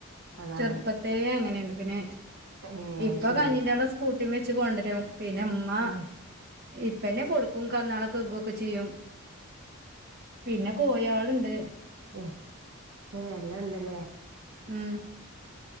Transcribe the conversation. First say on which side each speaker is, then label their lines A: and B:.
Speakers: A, on the right; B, on the right.
A: അതാണ്
B: ചെറുപ്പത്തെ അങ്ങനെയാണ് പിന്നെ
A: ഏഹ്
B: ഇപ്പൊ
A: അത്
B: <unintelligible>
A: ശരി
B: സ്കൂ <unintelligible> മെച്ച് കൊണ്ടുരും പിന്നെ ഉമ്മ
A: ഏഹ്
B: ഇപ്പന്നെ കൊടുക്കും കന്നാളക്കെക്കെ വെ ചി യ്യും പിന്നെ കോയാള്ണ്ട്
A: ഏ ഏ എല്ലാം ഉണ്ടല്ലേ
B: ഉം